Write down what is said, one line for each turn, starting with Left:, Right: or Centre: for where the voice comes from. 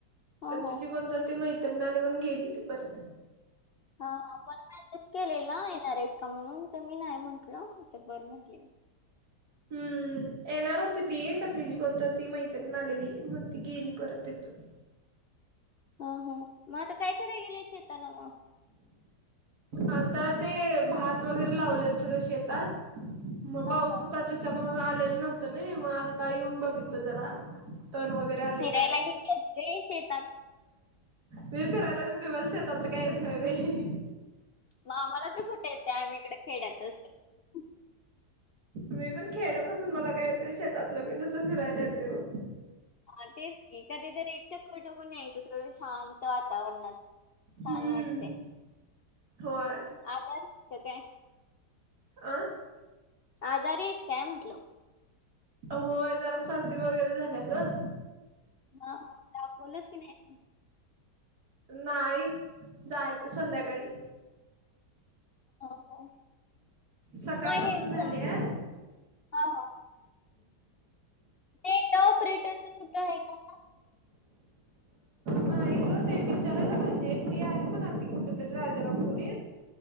Left: हा
Right: पण
Left: हा
Right: तिची कोणतरी ती मैत्रणी आली म्हणून गेली ती परत.
Left: हा मला मॅसेज केलेला येणार आहेस का, म्हणून तर मी नाही म्हटलं तर बरं म्हटली.
Right: हम्म. येणार होती ती, खर तीजी कोणतरी ती मैत्रीण आलेली मग ती गेली परत तिथून.
Left: हा हा. मग आता काय कराय गेल्या शेताला मग?
Right: आता ते भात वगैरे लावलय, सगळं शेतात मग
Left: हा
Right: पाऊस
Left: हा
Right: होता तर. त्याच्यामुळं आलेलं नव्हतं नई, ‌ मग आता येऊन बघितलं जरा. तण वगैरे आलोय
Left: फिरायला
Right: काय
Left: गेले असले शेतात
Right: मी फिरायला ति तुम्हाला शेतातलं काय येत नाही होय?
Left: मग आम्हाला तरी कुठे येते आम्ही इकडे खेड्यात असून.
Right: मी पण खेड्यात असून मला काही येत नाही शेतातलं, मी नुसंत फिरायला येते बघ.
Left: हा तेच की, कधी तर एक चक्कर ठुकून यायचं थोडं शांत वातावरणात. छान
Right: हम्म
Left: वाटतंय.
Right: होय.
Left: आजारी आहेस की काय?
Right: आ?
Left: आजारी आहेस काय म्हंटल?
Right: होय जरा सर्दी वगैरे झाल्या ग.
Left: ह हा.. दाखवलंस की नाही अजून.
Right: नाही जायचं संध्याकाळी.
Left: हो हो.
Right: सकाळपासून
Left: मग हे
Right: झालेय.
Left: ज- हा हा. डेटा ऑपरेटरचा कुठं आहे का काम?
Right: नाही ग ते विचारायला पाहिजे. एकटी आहे म्हणालती कुठतरी राजारामपुरीत.